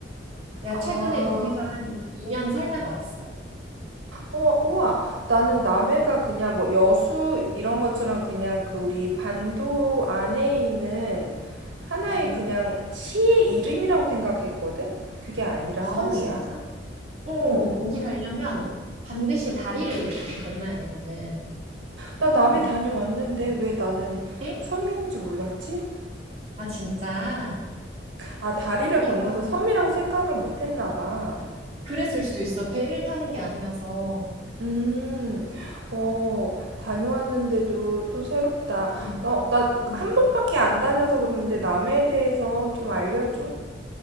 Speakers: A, on the right; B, on the right.
A: 내가
B: 아,
A: 최근에 거기서 한 2년 살다가 왔어.
B: 어, 우와. 나는 남해가 그냥 뭐 여수 이런 것처럼 그냥 그 우리 반도 안에 있는 하나의
A: 음.
B: 그냥 시의 이름이라고 생각했거든? 그게 아니라
A: 아,
B: 섬이야?
A: 진짜? 어,
B: 어.
A: 거기 가려면 반드시 다리를 이렇게 건너야 되거든.
B: 나 남해
A: 네.
B: 다녀왔는데
A: 음.
B: 왜 나는
A: 엥?
B: 섬인지 몰랐지?
A: 아, 진짜?
B: 아, 다리를
A: 거기가
B: 건너서 섬이라고 생각을 못 했나 봐.
A: 그랬을 수도 있어. 배를 타는 게 아니라서.
B: 음, 어, 다녀왔는데도 또 새롭다.
A: 음,
B: 너, 나
A: 음. 음.
B: 한 번밖에 안 다녀서 그러는데 남에 대해서 좀 알려줘.